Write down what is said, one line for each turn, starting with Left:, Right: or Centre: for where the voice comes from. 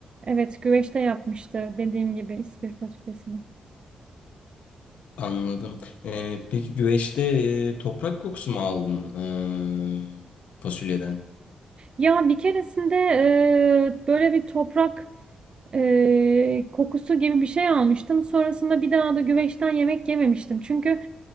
Right: Evet, güveçte yapmıştı dediğim gibi ispir fasulyesini.
Left: Anladım. Ee, peki güveçte e, toprak kokusu mu aldın ee, fasulyeden?
Right: Ya bir keresinde e, böyle bir toprak e, kokusu gibi bir şey almıştım. Sonrasında bir daha da güveçten yemek yememiştim. Çünkü